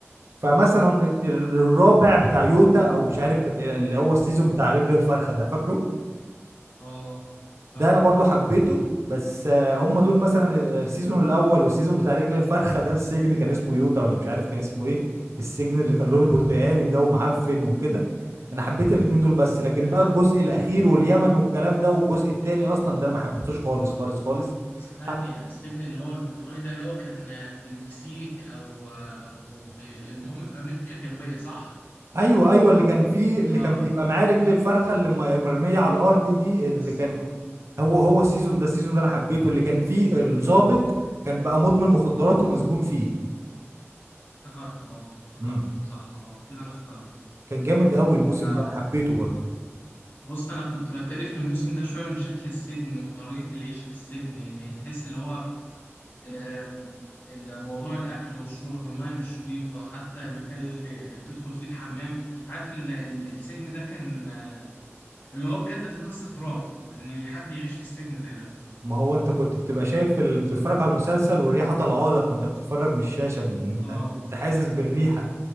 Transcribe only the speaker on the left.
اه فاكره
آه،
اللي
ثانية
السجن اللي هو البرتقاني ده اللي هو كان في المكسيك أو أو في المهم في أمريكا الجنوبية صح؟
آه
بس
آه
افتكرت آه افتكرته
صح آه كده أنا افتكرته
آه
بص أنا كنت بتقرف من الموسم ده شوية من شكل السجن وطريقة العيشة في السجن لأن تحس اللي هو آم، الموضوع الأكل والشرب المية مش نظيفة حتى المكان اللي اللي بتدخل فيه الحمام عارف ال- ال- السجن ده كان آه، اللي هو بجد دي قصة رعب إن حد يعيش في السجن زي ده
اه
بالظبط